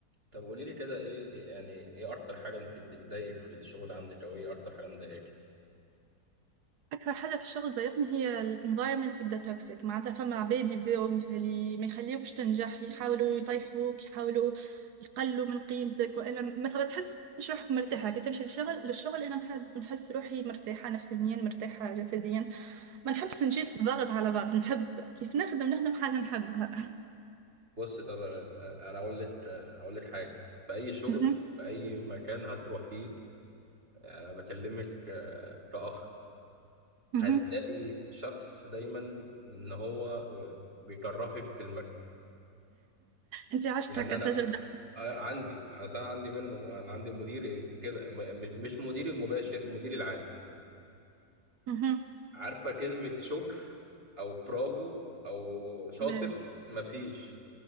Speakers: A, on the right; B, on the right.
A: طب قولي لي كده ايه إيه- يعني ايه اكتر حاجه انت بتضايقك في الشغل عندك او ايه اكتر حاجه مضايقاكي
B: أكثر حاجة في الشغل تضايقني هي ال environment يبدأ توكسيك معناتها فما عباد يبداو ميخلي ما يخليوكش تنجح يحاولوا يطيحوك يحاولوا يقلوا من قيمتك وإلا ما ما تحسش روحك مرتاحة كي تمشي للشغل للشغل أنا نحب نحس روحي مرتاحة نفسيا مرتاحة جسديا ما نحبش نجي ضغط على بعض نحب كيف نخدم نخدم حاجة نحبها
A: بص طب يا غ- انا اقول لك اقول لك حاجه في اي شغل
B: مهم.
A: في اي مكان هتروحيه انا بكلمك آه، كاخ
B: مهم.
A: هتلاقي شخص دايما ان هو آه، بيكرهك في المكتب
B: أنت عشت
A: يعني
B: هكا
A: انا
B: التجربة
A: آه، عندي اصل انا عندي منه انا عندي مدير كده م- م- مش مديري المباشر المدير العام
B: مهم.
A: عارفه كلمه شكر او برافو او شاطر
B: لا
A: مفيش